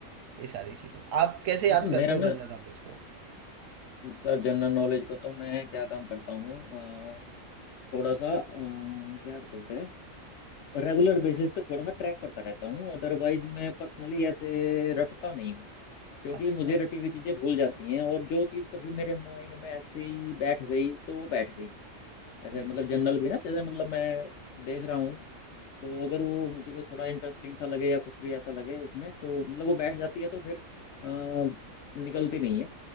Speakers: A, on the right; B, on the left.
A: ये सारी चीजें आप कैसे याद
B: वैसे
A: करते
B: मेरा
A: हो
B: ना
A: जनरल नॉलेज को
B: सर जनरल नॉलेज को तो मैं क्या काम करता हूँ अ, थोड़ा सा अ, क्या बोलते हैं रेगुलर बेसिस पे थोड़ा सा ट्रैक करता रहता हूँ अदरवाइज मैं पर्सनली ऐसे रटता नहीं हूँ क्योंकि
A: अच्छा
B: मुझे रटी हुई चीजें भूल जाती हैं और जो चीज कभी मेरे माइंड में ऐसे ही बैठ गई तो वो बैठ गई ऐसे
A: बिल्कुल
B: मतलब जनरल भी ना जैसे मतलब मैं देख रहा हूँ तो अगर वो मुझे को थोड़ा इंटरेस्टिंग सा लगे या कुछ भी ऐसा लगे उसमें तो मतलब वो बैठ जाती है तो फिर अ, निकलती नहीं है